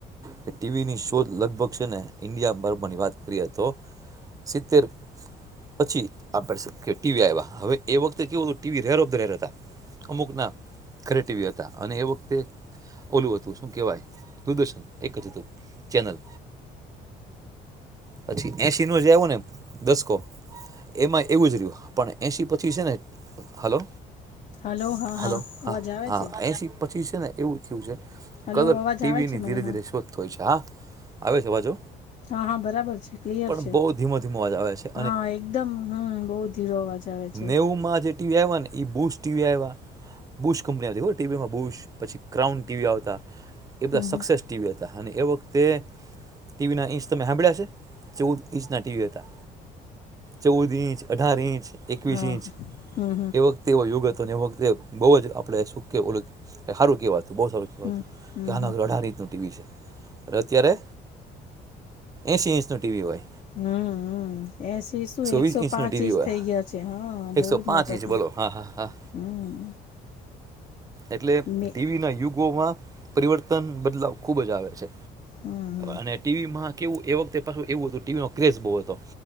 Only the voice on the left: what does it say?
હલો હા
અવાજ આવે
છે
હલો
અવાજ
આવે છે
મને
હા
હા હા બરાબર છે ક્લિયર
છે
હા એકદમ હમ બઉ ધીરો અવાજ આવે છે
હમ
હમ.
હા
હમ હમ
હમ
હમ
હમ એસી શું એકસો
પાંચ
ઈંચ
થઇ ગયા છે હા બહુ
જ
મોટાથી
હમ
મે
હમ